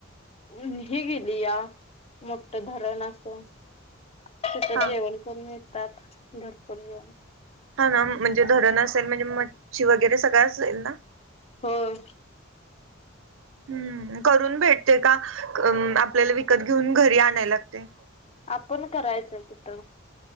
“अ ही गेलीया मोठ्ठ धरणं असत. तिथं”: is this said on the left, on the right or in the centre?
Left